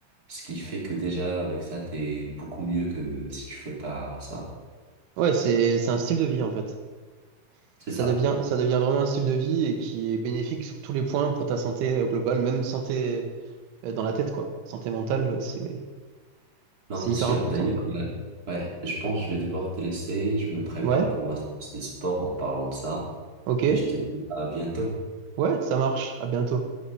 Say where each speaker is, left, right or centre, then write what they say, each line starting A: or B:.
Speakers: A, on the right; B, on the right.
A: Ce qui fait que déjà, avec ça, t'es beaucoup mieux que si tu fais pas ça.
B: Ouais, c'est, c'est un style de vie en fait.
A: C'est
B: Ça
A: ça.
B: devient, ça devient vraiment un style de vie et qui est bénéfique sur tous les points pour ta santé euh, globale, même santé euh, dans la tête, quoi. Santé mentale, c'est,
A: Non,
B: c'est
A: c'est
B: hyper
A: sûr.
B: important.
A: D'ailleurs, euh, ouais, je pense que je vais devoir te laisser. Je me prépare
B: Ouais,
A: pour ma séance de sport en parlant de ça.
B: ok.
A: Et je te dis à bientôt.
B: Ouais, ça marche. À bientôt.